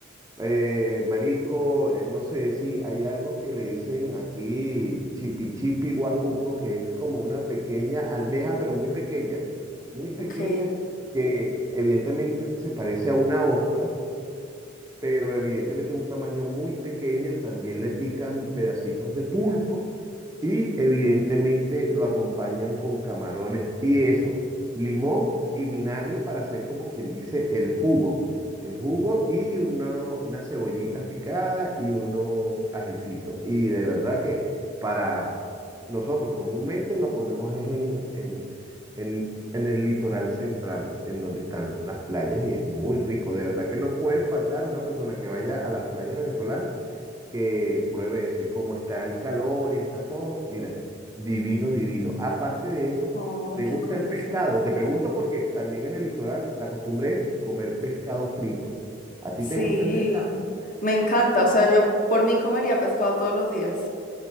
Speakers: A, on the right; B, on the left.
A: eh, marisco, eh, no sé si hay algo que le dicen aquí chipi chipi guacuco, que es como una pequeña almeja, pero muy pequeña, muy pequeña,
B: Ok,
A: que evidentemente se parece a una ostra pero evidentemente un tamaño muy pequeño, también le pican pedacitos de pulpo y evidentemente lo acompañan con camarones y eso, limón y vinagre para hacer como quien dice el jugo, el jugo y uno- unas cebollitas picadas y unos ajicitos. Y de verdad que para nosotros comúnmente lo comemos es en, en en, en el litoral central, en donde están las playas, y es muy rico. De verdad que no puede faltar una persona que vaya a las playas venezolanas que pruebe eso. Y como está el calor y está todo, mira, divino, divino. Aparte de eso,
B: ay,
A: ¿te
B: qué
A: gusta
B: curioso.
A: el pescado? Te pregunto porque también en el litoral la costumbre es comer pescado frito. ¿A ti
B: Sí,
A: te gusta el pescado?
B: me encanta, o sea, yo por mí comería pescado todos los días.